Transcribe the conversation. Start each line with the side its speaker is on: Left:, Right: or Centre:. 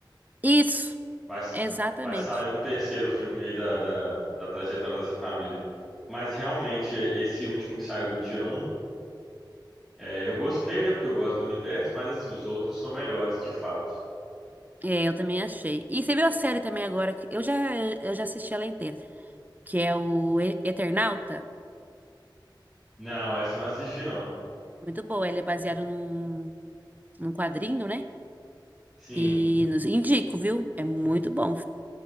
Right: Isso,
Centre: Vai,
Right: exatamente.
Centre: vai sair um terceiro filme aí da, da, da trajetória dessa família. Mas realmente, e- esse último que saiu do dia um, é, eu gostei, né? Porque eu gosto do universo, mas assim, os outros são melhores, de fato.
Right: É, eu também achei. E você viu a série também agora? que Eu já, eu já assisti ela inteira. que é o E- Eternauta.
Centre: Não, essa eu não assisti, não.
Right: Muito boa, ele é baseado num, num quadrinho, né?
Centre: Sim.
Right: E nos- indico, viu? É muito bom.